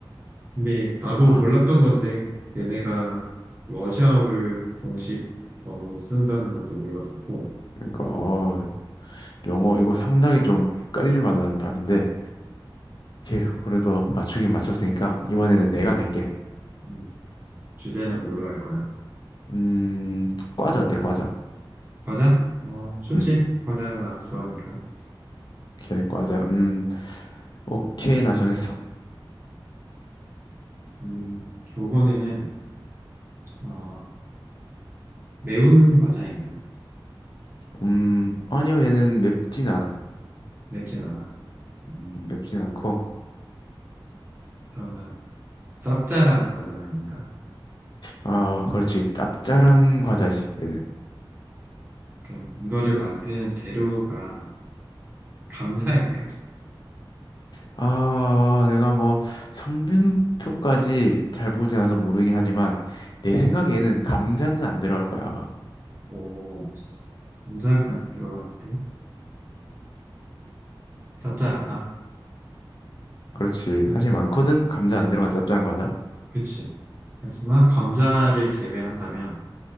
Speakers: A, on the right; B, on the left.
A: 근데 나도
B: 아
A: 몰랐던 건데, 얘네가 러시아어를 공식 언어로 쓴다는 것도 몰랐었고,
B: 그러니까
A: 나도,
B: 어 영어 이거 상당히 좀 헷갈릴 만한 답인데 오케이 그래도 맞추긴 맞췄으니까 이번에는 내가 낼게.
A: 음, 주제는 뭘로 할 거야?
B: 음 과자 어때 과자?
A: 과자? 어, 좋지.
B: 음
A: 과자 나 좋아하니까.
B: 오케이 과자 음 오케이 나 정했어.
A: 음, 요거는, 어, 매운 과자인가요?
B: 음 아니요 얘는 맵진 않아
A: 맵진 않아. 음,
B: 맵진 않고
A: 그러면 짭짤한 과자인가?
B: 아 그렇지 짭짤한 과자지 얘는
A: 그럼 이거를 만드는 재료가 감자인가?
B: 아, 내가 뭐 성분표까지 잘 보진 않아서 모르긴 하지만 내 생각에는 감자는 안 들어갈 거야, 아마.
A: 오, 감자가 안 들어갔는데 짭짤하다.
B: 그렇지.
A: 응,
B: 사실 많거든. 감자 안 들어간 짭짤한 과자.
A: 그치. 하지만 감자를 제외한다면